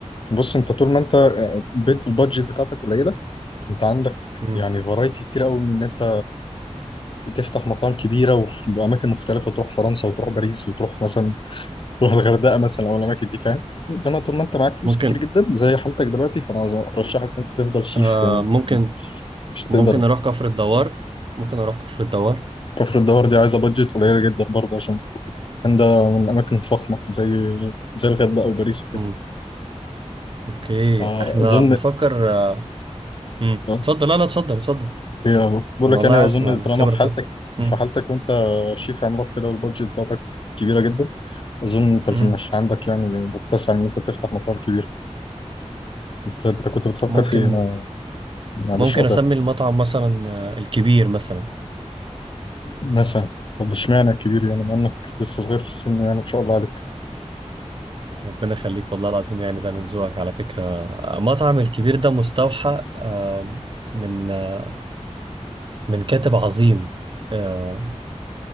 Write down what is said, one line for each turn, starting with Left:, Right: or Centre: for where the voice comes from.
Left: بص انت طول ما انت بيت- البادجت بتاعتك قليلة انت عندك
Right: مم.
Left: يعني فرايتي كتير قوي من ان انت تفتح مطاعم كبيرة وفي أماكن مختلفة تروح فرنسا وتروح باريس وتروح مثلا تروح الغردقة مثلا أو الأماكن دي فاهم انما طول ما انت معاك فلوس
Right: ممكن
Left: كتير جدا زي حالتك دلوقتي فانا ارشحك ان انت تفضل شيف
Right: آه،
Left: يعني
Right: ممكن
Left: مش هتقدر
Right: ممكن اروح كفر الدوار ممكن اروح كفر الدوار
Left: كفر الدوار دي عايزة بادجت قليلة جدا برضه عشان كان ده من أماكن فخمة زي زي الغردقة أو باريس وكده
Right: مم. اوكي
Left: أظن
Right: احنا بنفكر آه، مم.
Left: آه،
Right: اتفضل لا لا اتفضل اتفضل
Left: هي بقول
Right: انا
Left: لك
Right: والله
Left: يعني
Right: عايز
Left: أظن
Right: اسمع الخبرة
Left: طالما في حالتك
Right: بتاعتك مم.
Left: في حالتك وأنت شيف عملاق كده والبادجت بتاعتك كبيرة جدا أظن أنت مش
Right: مم.
Left: مش عندك يعني متسع إن أنت تفتح مطار كبير أنت أنت كنت بتفكر
Right: ممكن
Left: في إيه أنا معلش
Right: ممكن
Left: قطعت
Right: اسمي المطعم مثلا آه، الكبير مثلا
Left: مثلا طب إشمعنى كبير يعني مع إنك لسه صغير في السن يعني ما شاء الله عليك
Right: ربنا يخليك والله العظيم يعني ده من ذوقك على فكرة آه، مطعم الكبير ده مستوحى آه، من آه، من كاتب عظيم آه،